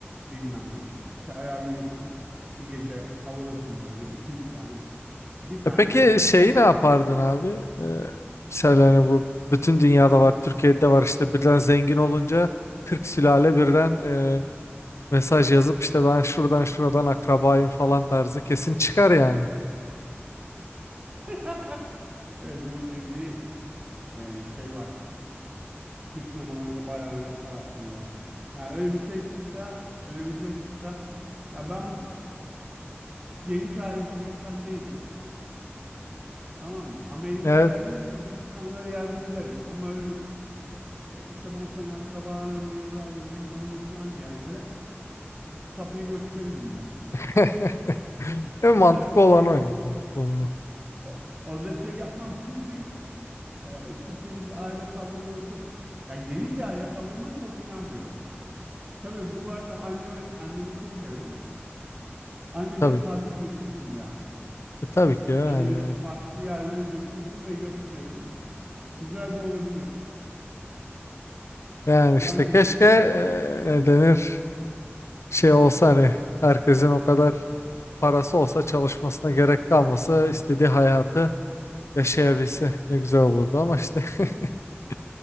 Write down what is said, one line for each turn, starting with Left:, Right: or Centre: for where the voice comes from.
Right: bilmem ne. İşte ayarlıyorsun. Bir gece havadasın böyle iki üç tane. Bir tane
Left: E peki
Right: yani
Left: şeyi
Right: bir tane
Left: ne yapardın abi? Ee, mesela hani bu bütün dünyada var, Türkiye'de de var işte birden zengin olunca 40 sülale birden e, mesaj yazıp işte ben şuradan şuradan akrabayım falan tarzı kesin çıkar yani.
Right: <laughs> Evet onunla ilgili e, şey var. Türk sinemalarında bayağı örnek var aslında. Yani öyle bir şey çıksa, öyle bir şey çıksa ya ben geniş ayrıcı bir insan değilim. Tamam mı? Ama elimden
Left: Evet.
Right: geldiği tabii ki insanlara yardım ederim. Ama öyle e, işte ben senin akrabanım yıllardır bilmem ne falan diyenlere kapıyı gösteririm yani.
Left: <laughs> E,
Right: Orada
Left: mantıklı olan
Right: şey yap
Left: o ya mantıklı olan o.
Right: o- orada şey yapmam çünkü e, Türkiye'deki aile kavramına çok ya geniş aile kavramına çok inanmıyorum. Tabii bu arada annemi annemi çok severim. Annemi
Left: Tabii
Right: de tatile
Left: ki.
Right: götürürüm yani.
Left: E, tabii ki ya yani.
Right: Annemi de farklı yerlere götürürüm ve gösteririm. Güzel de olabilir.
Left: Yani işte
Right: Yani
Left: keşke e, ne denir şey olsa hani herkesin o kadar parası olsa çalışmasına gerek kalmasa istediği hayatı yaşayabilse ne güzel olurdu ama işte <laughs>